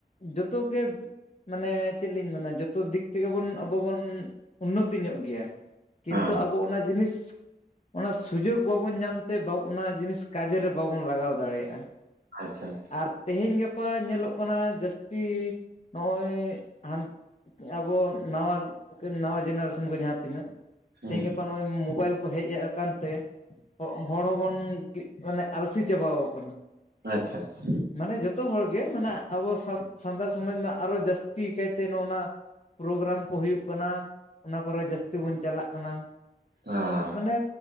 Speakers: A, on the left (about 40°); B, on the right (about 75°).
A: ᱡᱚᱛᱚ ᱜᱮ ᱢᱟᱱᱮ ᱪᱮᱫ ᱞᱤᱧ ᱢᱮᱱᱟ ᱡᱚᱛᱚ ᱫᱤᱠ ᱛᱮᱜᱮ ᱵᱚᱱ ᱟᱵᱚ ᱵᱚᱱ ᱩᱱᱱᱚᱛᱤ ᱧᱚᱜ ᱜᱮᱭᱟ᱾ ᱠᱤᱱᱛᱩ
B: ᱦᱮᱸ
A: ᱟᱵᱚ ᱚᱱᱟ ᱡᱤᱱᱤᱥ ᱚᱱᱟ ᱥᱩᱡᱳᱜᱽ ᱵᱟᱵᱚᱱ ᱧᱟᱢᱛᱮ ᱚᱱᱟ ᱡᱤᱱᱤᱥ ᱠᱟᱡᱮ ᱨᱮ ᱵᱟᱵᱚᱱ ᱞᱟᱜᱟᱣ ᱫᱟᱲᱮᱭᱟᱜᱼᱟ᱾
B: ᱟᱪᱪᱷᱟ ᱟᱪᱪᱷᱟ᱾
A: ᱟᱨ ᱛᱮᱦᱮᱧ ᱜᱟᱯᱟ ᱧᱮᱞᱚᱜ ᱠᱟᱱᱟ ᱡᱟᱹᱥᱛᱤ ᱱᱚᱜᱼᱚᱭ ᱦᱟᱱ ᱟᱵᱚ ᱱᱟᱣᱟ ᱱᱟᱣᱟ ᱡᱮᱱᱟᱨᱮᱥᱚᱱ ᱠᱚ ᱡᱟᱦᱟᱸ ᱛᱤᱱᱟᱹᱜ
B: ᱦᱩᱸ
A: ᱛᱮᱦᱤᱧ
B: ᱦᱩᱸ
A: ᱜᱟᱯᱟ ᱱᱚᱜᱼᱚᱭ ᱢᱳᱵᱟᱭᱤᱞ ᱠᱚ ᱦᱮᱡ ᱟᱠᱟᱱ ᱛᱮ ᱦᱚᱲ ᱦᱚᱸᱵᱚᱱ ᱢᱟᱱᱮ ᱟᱞᱥᱤ ᱪᱟᱵᱟᱣ ᱠᱟᱱᱟ᱾
B: ᱟᱪᱪᱷᱟ ᱪᱷᱟ ᱪᱷᱟ᱾
A: ᱢᱟᱱᱮ ᱡᱚᱛᱚ ᱦᱚᱲᱜᱮ ᱢᱟᱱᱮ ᱟᱵᱚ ᱥᱟᱱᱛᱟᱲ ᱥᱚᱢᱟᱡᱽ ᱢᱟ ᱟᱨᱚ ᱡᱟᱹᱥᱛᱤ ᱠᱟᱭᱛᱮ ᱱᱚᱜᱼ ᱱᱟ ᱯᱨᱳᱜᱨᱟᱢ ᱠᱚ ᱦᱩᱭᱩᱜ ᱠᱟᱱᱟ ᱚᱱᱟ ᱠᱚᱨᱮ ᱡᱟᱹᱥᱛᱤ ᱵᱚᱱ ᱪᱟᱞᱟᱜ ᱠᱟᱱᱟ᱾
B: ᱟ
A: ᱢᱟᱱᱮ